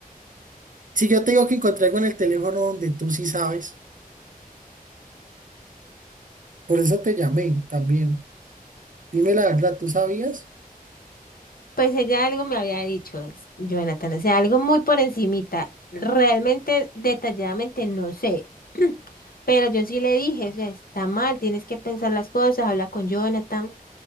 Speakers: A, on the right; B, on the left.
A: si yo te digo que encontré algo en el teléfono donde tú sí sabes, por eso te llamé también. Dime la verdad, ¿tú sabías?
B: Pues ella algo me había dicho, s- Jonathan, o sea, algo muy por encimita. Realmente, detalladamente, no sé. <clears throat> Pero yo sí le dije, o sea, está mal, tienes que pensar las cosas, habla con Jonathan.